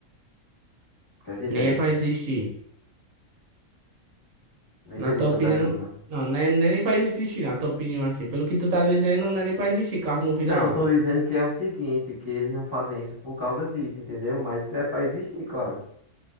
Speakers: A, on the left (about 20°); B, on the right (about 75°).
A: O que é que
B: Nem
A: tem?
B: é pra existir.
A: Não entendi
B: Na tua
A: sua
B: opinião.
A: pergunta.
B: Não, não é, não é nem pra existir, na tua opinião, assim. Pelo que tu tá dizendo, não é nem pra existir carro movido
A: Não,
B: a água.
A: eu tô dizendo que é o seguinte, que eles não fazem isso por causa disso, entendeu? Mas é pra existir, claro.